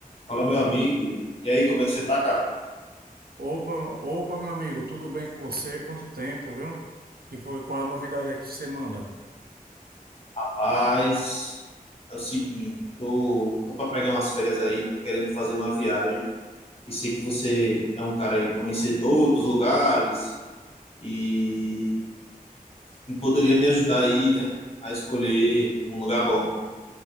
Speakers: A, on the left (about 40°); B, on the right (about 85°).
A: Fala, meu amigo. E aí, como é que você tá, cara?
B: Opa, opa, meu amigo, tudo bem com você? Quanto tempo, viu? Que foi, qual é a novidade aí que você manda?
A: Rapaz, é o seguinte, tô, tô pra pegar umas férias aí, tô querendo fazer uma viagem. E sei que você é um cara aí conhecedor dos lugares e, e poderia me ajudar aí, né, a escolher um lugar bom.